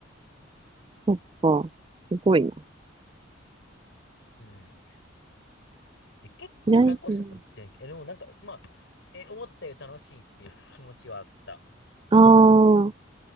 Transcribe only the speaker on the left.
うん。え結構観光したと思ってんけど、
えでもなんか、まあ、え、思ったより楽しいっていう気持ちはあった。